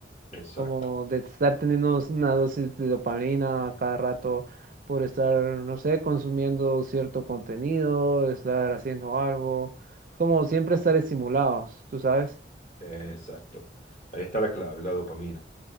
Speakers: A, on the left; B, on the right.
A: Exacto,
B: como de estar teniendo una dosis de dopamina a cada rato por estar, no sé, consumiendo cierto contenido, estar haciendo algo, es como siempre estar estimulados, ¿tú sabes?
A: exacto. Ahí está la clave, la dopamina.